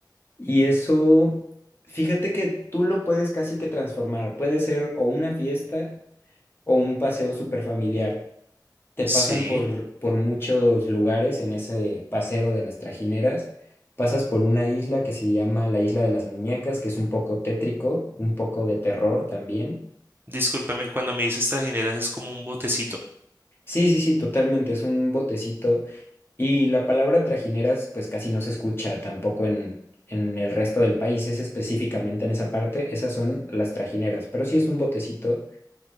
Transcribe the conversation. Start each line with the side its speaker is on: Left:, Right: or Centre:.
Left: y eso, fíjate que tú lo puedes casi que transformar. Puede ser o una fiesta o un paseo súper familiar. Te
Right: Sí.
Left: pasan por, por muchos lugares en ese paseo de las trajineras. Pasas por una isla que se llama la Isla de las Muñecas, que es un poco tétrico, un poco de terror también
Right: Discúlpame, cuando me dices trajineras es como un botecito.
Left: Sí, sí, sí, totalmente, es un botecito. Y la palabra trajineras pues casi no se escucha tampoco en, en el resto del país, es específicamente en esa parte, esas son las trajineras, pero sí es un botecito